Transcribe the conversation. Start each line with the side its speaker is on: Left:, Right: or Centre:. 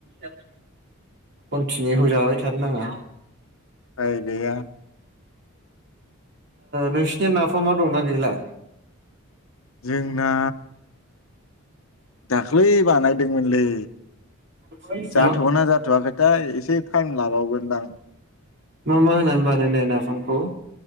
Right: कन्टिनिउ होजाबाय थानो नाङा।
Left: फाय गैया
Right: नोंसिरनि नाफामा दंना गैला?
Left: जोंना दाख्लै बानायदोंमोनलै।
Right: मा
Left: जाथ'गोना
Right: मा
Left: जाथ'वाखैथाय एसे टाइम लाबावगोनदां।
Right: मा मा होननानै बानायनाय नाफामखौ?